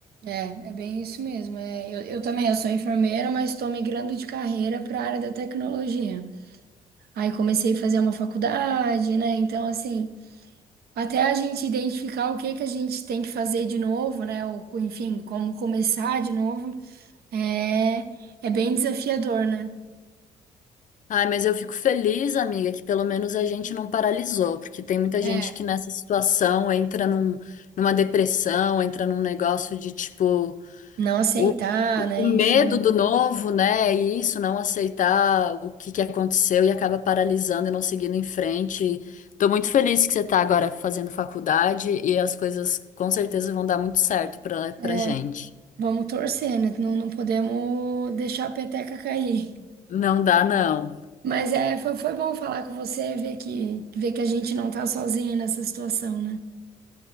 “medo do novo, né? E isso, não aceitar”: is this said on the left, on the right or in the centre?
Left